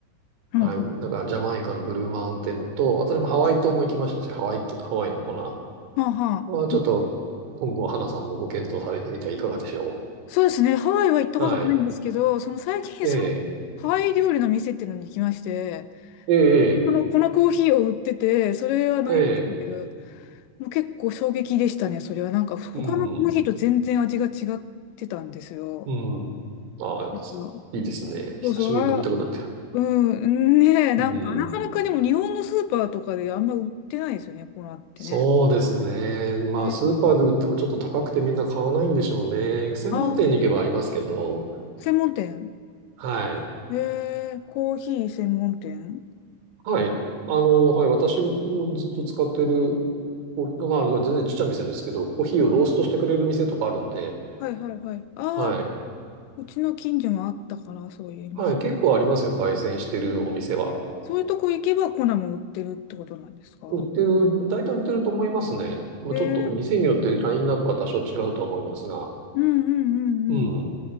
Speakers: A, on the left (about 80°); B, on the right (about 80°).
A: うん。
B: はい、なんからジャマイカのブルーマウンテンと、私もハワイ島も行きましたし、ハワイと、ハワイのコナ
A: はあはあ。
B: はちょっと今後、花さんもご検討されてみてはいかがでしょ
A: そうですね。ハワイは行ったことないんですけど、
B: う。はい。
A: その最近、
B: ええ、
A: そのハワイ料理の店っていうのに行きまして、
B: ええ、
A: その粉コーヒーを売ってて、それは飲みましたけど、
B: ええ。ええ
A: もう結構衝撃でしたね、それは。なんか他のコーヒーと全然味が違ってたんですよ。
B: うん、うん、ああ、
A: うん
B: いいですね。
A: そうそう、
B: 久しぶりに飲みたくなって。
A: あ、うん、ねえ、なんかなかなかでも日本のスーパーとかであんま売ってないですよね、
B: うん。
A: 粉ってね。
B: そうですね。まあ、
A: ね
B: スーパーで売ってもちょっと高くてみんな買わないんでしょうね。専門店に行けばありますけど。
A: ああ、専門店。
B: はい。
A: えー、コーヒー専門店。
B: はい。あの、はい。私もずっと使ってるコーヒー、まあ、全然ちっちゃい店ですけど、コーヒーをローストしてくれる店とかあるんで、
A: はいはいはい。ああ、
B: はい。
A: うちの近所もあったから、そういう店。
B: はい。結構ありますよ。焙煎してるお店は。
A: そういうとこ行けば粉も売ってるってことなんですか
B: 売ってる、大体売ってると思いますね。まあ、
A: えー
B: ちょっと店によってラインナップは多少違うと思いますが。
A: うんうんうん
B: うん。